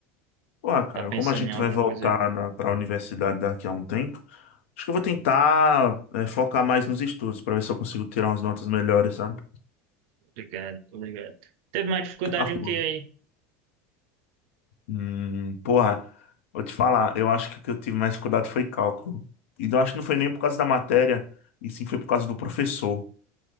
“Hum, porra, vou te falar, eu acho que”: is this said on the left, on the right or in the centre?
Left